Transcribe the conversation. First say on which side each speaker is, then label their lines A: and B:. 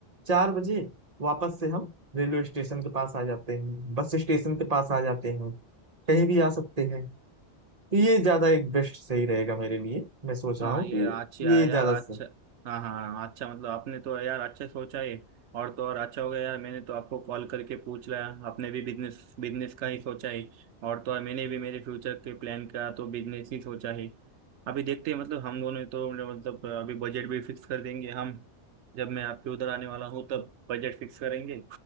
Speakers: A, on the right; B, on the right.
A: चार बजे वापस से हम रेलवे स्टेशन के पास आ जाते हैं बस स्टेशन के पास आ जाते हैं कहीं भी आ सकते हैं तो ये ज्यादा एक बेस्ट सही रहेगा मेरे लिए मैं सोच रहा
B: हाँ
A: हूँ
B: ये
A: कि
B: अच्छा
A: ये
B: है यार
A: ज्यादा
B: अच्छा
A: सही
B: हाँ हाँ हाँ, अच्छा मतलब आपने तो यार अच्छे सोचा है और तो और अच्छा हो गया यार मैंने तो आपको कॉल करके पूछ लिया आपने भी बिजनेस बिजनेस का ही सोचा है और तो और मैंने भी मेरे फ्यूचर के प्लान का तो बिजनेस ही सोचा है अभी देखते हैं मतलब हम दोनों तो मतलब अभी बजट भी फिक्स कर देंगे हम जब मैं आपके उधर आने वाला हूँ तब बजट फिक्स करेंगे